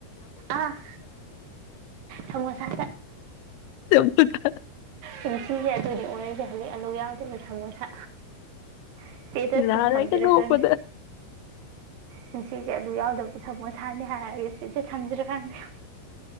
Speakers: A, on the right; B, on the left.
A: ꯑ ꯊꯣꯁꯥ
B: ꯆꯄ ꯀ
A: ꯄꯨꯟꯁꯤꯁꯦ ꯑꯗꯨꯗꯤ ꯑꯣꯏꯔꯔꯤꯁꯦ ꯍꯧꯖꯤꯛ ꯑꯂꯨ ꯌꯥꯎꯗꯕ ꯁꯃꯣꯁꯥ ꯏꯁꯇꯦꯇꯁ
B: ꯏ ꯂꯔ
A: ꯁꯨꯝ ꯊꯝꯁꯤꯔꯥ
B: ꯀ ꯅꯣꯄꯗ
A: ꯈꯪꯗꯦ ꯄꯨꯟꯁꯤꯁꯦ ꯑꯂꯨ ꯌꯥꯎꯗꯕ ꯁꯃꯣ ꯁꯥꯅꯤ ꯍꯥꯏꯔꯒꯦ ꯁꯤꯁꯦ ꯊꯝꯖꯔ ꯈꯪꯗ